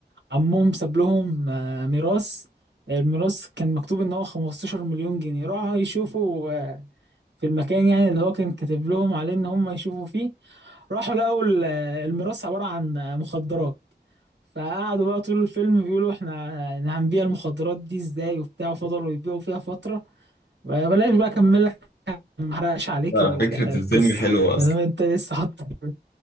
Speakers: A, on the right (about 85°); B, on the left (about 65°).
A: عمهم ساب لهم آه، ميراث الميراث كان مكتوب ان هو 15 مليون جنيه راحوا يشوفوا آه، في المكان يعني اللي هو كان كاتب لهم عليه ان هم يشوفوا فيه راحوا لقوا ال- الميراث عبارة عن مخدرات فقعدوا بقى طول الفيلم بيقولوا احنا إحنا هنبيع المخدرات دي ازاي وبتاع وفضلوا يبيعوا فيها فترة بلاش بقى اكمل لك ما احرقش عليك
B: لا،
A: ال-
B: فكره
A: القصة
B: الفيلم حلوه
A: <laughs> ما
B: اصلا
A: دام انت لسه حاطه في-